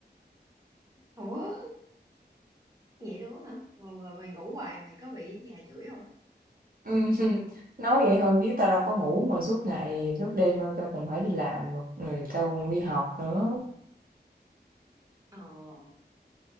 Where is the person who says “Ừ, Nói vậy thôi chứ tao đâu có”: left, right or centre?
Right